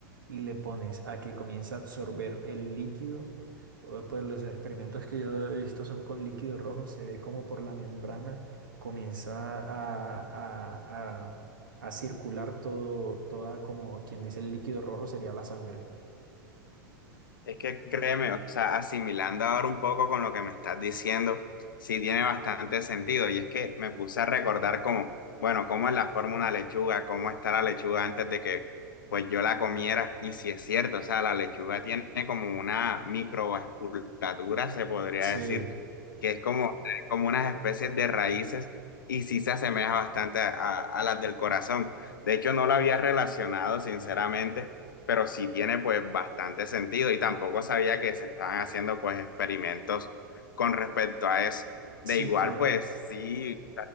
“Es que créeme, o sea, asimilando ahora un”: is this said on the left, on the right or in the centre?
Left